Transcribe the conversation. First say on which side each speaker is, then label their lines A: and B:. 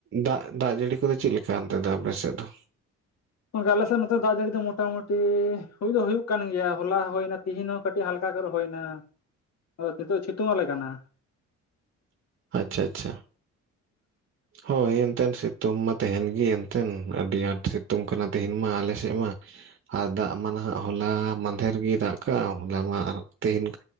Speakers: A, on the right (about 45°); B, on the left (about 60°).
A: ᱫᱟᱜ, ᱫᱟᱜ ᱡᱟᱹᱲᱤ ᱠᱚᱫᱚ ᱪᱮᱫ ᱞᱮᱠᱟ ᱚᱱᱛᱮ ᱫᱚ ᱟᱯᱮ ᱥᱮᱫ ᱫᱚ?
B: ᱟᱞᱮ ᱥᱮᱫ ᱱᱚᱛᱮ ᱫᱟᱜ ᱡᱟᱹᱲᱤ ᱫᱚ ᱢᱚᱴᱟᱢᱩᱴᱤ, ᱦᱩᱭ ᱫᱚ ᱦᱩᱭᱩᱜ ᱠᱟᱱ ᱜᱮᱭᱟ ᱦᱚᱞᱟ ᱦᱩᱭᱱᱟ ᱛᱤᱦᱤᱧ ᱦᱚᱸ ᱠᱟᱹᱴᱤᱡ ᱦᱟᱹᱞᱠᱟ ᱜᱚᱨᱚᱢ ᱦᱩᱭᱱᱟ ᱟᱫᱚ ᱱᱤᱸᱛᱚᱜ ᱥᱤᱛᱩᱝ ᱟᱞᱮ ᱠᱟᱱᱟ ᱾
A: ᱟᱪᱪᱷᱟ ᱟᱪᱪᱷᱟ ᱾
B: <unintelligible>
A: ᱦᱚᱭ ᱮᱱᱛᱮᱱ ᱥᱤᱛᱩᱝ ᱢᱟ ᱛᱟᱦᱮᱱ ᱜᱮᱸ ᱮᱱᱛᱮᱱ ᱟᱹᱰᱤ ᱟᱸᱴ ᱥᱤᱛᱩᱝ ᱠᱟᱱᱟ ᱛᱮᱦᱤᱧ ᱢᱟ ᱟᱞᱮ ᱥᱮᱫ ᱢᱟ ᱾ ᱟᱨ ᱫᱟᱜ ᱢᱟ ᱱᱟᱸᱜ ᱦᱚᱞᱟ ᱢᱟᱫᱷᱮᱨ ᱜᱮᱭ ᱫᱟᱜ ᱠᱟᱜᱼᱟ ᱦᱚᱞᱟ ᱢᱟ ᱟᱨ ᱛᱮᱦᱤᱧ